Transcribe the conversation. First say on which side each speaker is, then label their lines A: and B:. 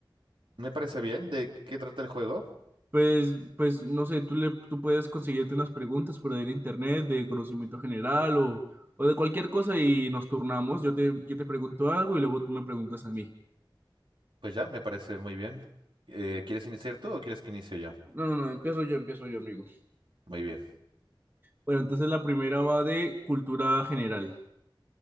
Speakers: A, on the right (about 75°); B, on the right (about 25°).
A: Me parece bien. ¿De qué trata el juego?
B: Pues, pues, no sé, tú, le, tú puedes conseguirte unas preguntas por ahí en internet de conocimiento general o, o de cualquier cosa y nos turnamos. Yo te, yo te pregunto algo y luego tú me preguntas a mí.
A: Pues ya, me parece muy bien. Eh, ¿quieres iniciar tú o quieres que inicie yo?
B: No, no, no, empiezo yo, empiezo yo, amigo.
A: Muy bien.
B: Bueno, entonces la primera va de cultura general.